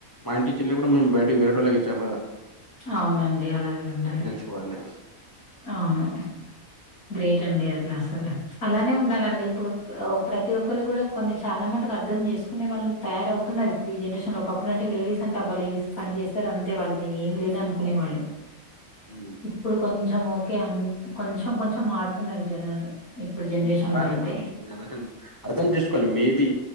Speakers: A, on the left; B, on the left.
A: మా ఇంటి చెల్లి కూడా మేము బయటకి వేరెటళ్ళకి ఇచ్చాం కదా
B: అవునండి అలాగే ఉండాలి
A: పోలే
B: అవును గ్రేట్ అండి అట్ల అసలు అలానే ఉండాలండి ఇప్పుడు ఆ ప్రతి ఒక్ ఒక్కరు కూడా కొన్ని చాలా మటుకు అర్థం చేసుకునే వాళ్ళు తయారవుతున్నారు ఇప్పుడు ఈ జనరేషన్ లో ఒకప్పుడు అంటే లేడీస్ అంటే అబ్బ లేడీస్ పని చేస్తరు అంతే వాళ్ళది ఏం లేదు అనుకునే వాళ్ళు
A: ఊ
B: ఇప్పుడు కొంచెం ఓకే అంట్ కొంచెం కొంచెం మారుతున్నారు జనాలు ఇప్పుడు జనరేషన్
A: మారాలి
B: లో అయితే
A: మేడం జనరేషన్ అర్థం చేసుకోవాలి మేబి